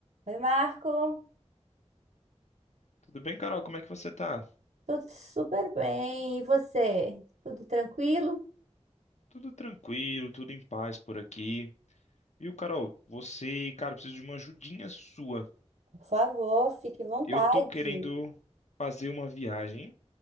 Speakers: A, on the right; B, on the left.
A: Oi, Marco.
B: Tudo bem, Carol? Como é que você tá?
A: Tudo super bem. E você? Tudo tranquilo?
B: Tudo tranquilo, tudo em paz por aqui. Viu, Carol? Você, cara, eu preciso de uma ajudinha sua.
A: Por favor, fique à vontade.
B: Eu tô querendo fazer uma viagem